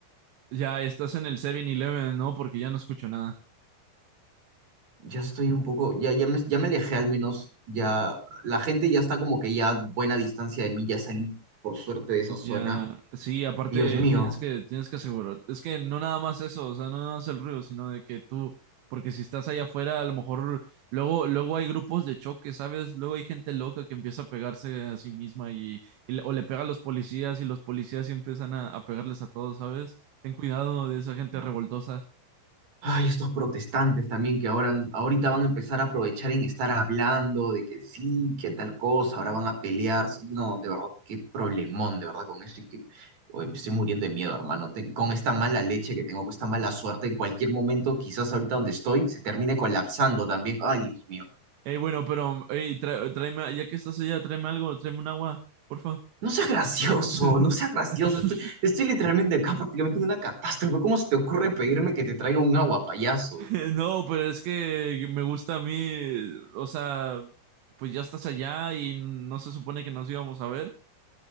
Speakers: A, on the right; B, on the right.
A: ya estás en el 7-Eleven, ¿no? Porque ya no escucho nada.
B: ya estoy un poco, ya, ya me, ya me alejé al menos, ya la gente ya está como que ya a buena distancia de mí, ya salí por suerte de esa
A: Ya,
B: zona.
A: sí, aparte
B: Dios mío,
A: tienes que, tienes que asegurar, es que no nada más eso, o sea, no nada más el ruido, sino de que tú, porque si estás allá afuera, a lo mejor luego, luego hay grupos de choque, ¿sabes? Luego hay gente loca que empieza a pegarse a sí misma y, y le- o le pega a los policías y los policías sí empiezan a, a pegarles a todos, ¿sabes? Ten cuidado de esa gente
B: Dios
A: revoltosa.
B: mío. Ay, estos protestantes también que ahora, ahorita van a empezar a aprovechar en estar hablando de que sí, que tal cosa, ahora van a pelearse. No, de verdad, qué problemón, de verdad, con esto y que, oye, me estoy muriendo de miedo, hermano. Ten- con esta mala leche que tengo, con esta mala suerte, en cualquier momento, quizás ahorita donde estoy, se termine colapsando también. Ay, Dios mío.
A: Ey, bueno, pero, ey, tra- tráeme, ya que estás allá, tráeme algo, tráeme un agua, porfa.
B: No sea gracioso,
A: <laughs>
B: no sea gracioso. Estoy, estoy literalmente acá prácticamente en una catástrofe. ¿Cómo se te ocurre pedirme que te traiga un agua, payaso?
A: <laughs> No, pero es que me gusta a mí, o sea, pues ya estás allá y no se supone que nos íbamos a ver.